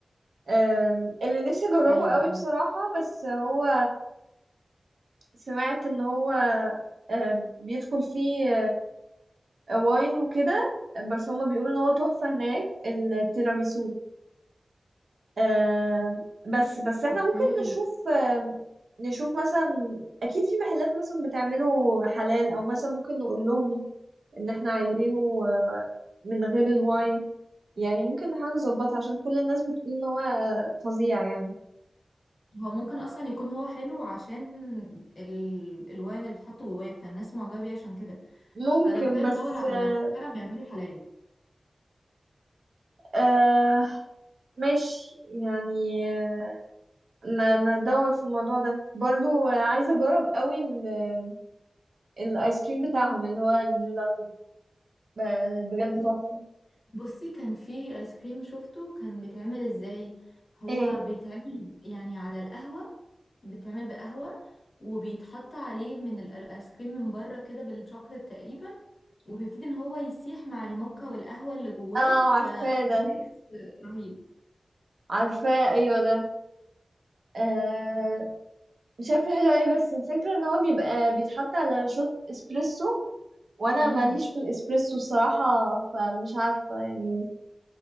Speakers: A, on the right; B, on the left.
A: أم، اللي نفسي اجربه
B: ايوه
A: قوي
B: أيوة.
A: بصراحة بس هو سمعت ان هو أم، بيدخل فيه أه، واين وكده بس هما بيقولوا ان هو تحفة هناك التيراميسو أم، بس بس احنا
B: اوكي
A: ممكن نشوف أم، نشوف مثلا اكيد في محلات مثلا بتعمله حلال او مثلا ممكن نقول لهم ان احنا عايزينه أه، من غير الواين يعني ممكن نحاول نظبطها عشان كل الناس بتقول ان هو أه، فظيع يعني
B: هو ممكن اصلا يكون هو حلو عشان ال... الواين اللي بيتحط جواه فالناس معجبة بيه عشان كده
A: ممكن
B: فلو كده
A: بس
B: ندور على
A: آه،
B: مكان فعلا بيعملوا حلال
A: آه ماشي يعني آه، ن- ندور في الموضوع ده برضو آه، عايزة أجرب قوي ال- الآيس كريم بتاعهم اللي هو الجيلاتو ب- بجد تحفة
B: بصي كان في ايس كريم شفته كان بيتعمل ازاي هو
A: ايه
B: بيتعمل يعني على القهوة بيتعمل بقهوة وبيتحط عليه من ال- الايس كريم من بره كده بالشوكليت تقريبا وبيبتدي ان هو يسيح مع الموكا والقهوة اللي جواه
A: اه عارفاه
B: فميكس
A: ده
B: رهيب
A: عارفاه أيوه ده آه شكله حلو أوي بس الفكرة إن هو بيبقى بيتحط على شوت إسبريسو وأنا
B: امم
A: ماليش في الإسبريسو الصراحة فمش عارفة يعني